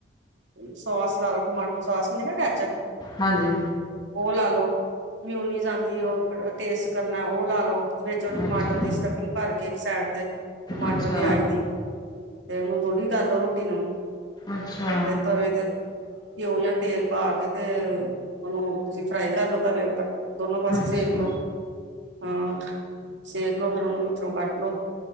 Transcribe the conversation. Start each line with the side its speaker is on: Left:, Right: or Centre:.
Right: ਸੋਸ ਲਾ -ਲੋ ਟਮਾਟੋ ਸੋਸ ਹੁੰਦੀ ਐ ਨਾ ਕੈਚਅਪ।
Left: ਹਾਂਜੀ।
Right: ਉਹ ਲਾ- ਲੋ। ਮਿਉਨੀਜ਼ ਆਦੀ ਐ ਉਹ ਟੇਸਟ ਕਰਨਾ ਉਹ ਲਾ ਲੋ ਵਿੱਚ ਟਮਾਟਰ
Left: ਅੱਛਾ
Right: ਦੀ ਸਟੱਫਿੰਗ ਭਰ ਕੇ ਇੱਕ ਸਾਈਡ ਤੇ ਟਮਾਟਰ
Left: ਅੱਛਾ
Right: ਪਿਆਜ਼
Left: ਅੱਛਾ
Right: ਦੀ ਤੇ ਉਹਨੂੰ ਥੋੜੀ ਕਰਲੋ ਰੋਟੀ ਨੂੰ
Left: ਅੱਛਾ
Right: ਤੇ ਤਵੇ ਤੇ ਘਿਓ ਜਾਂ ਤੇਲ ਪਾ ਕੇ ਤੇ ਉਹਨੂੰ ਤੁਸੀਂ ਫਰਾਈ ਕਰ ਲਓ ਤਵੇ ਉੱਪਰ ਦੋਨੋ ਪਾਸੇ ਸੇਕ
Left: ਅੱਛਾ
Right: ਲੋੋ ਹਾਂ ਸੇਕ ਲੋ ਫੇਰ ਉਹਨੂੰ ਵਿੱਚੋਂ ਕੱਟ ਲੋੋ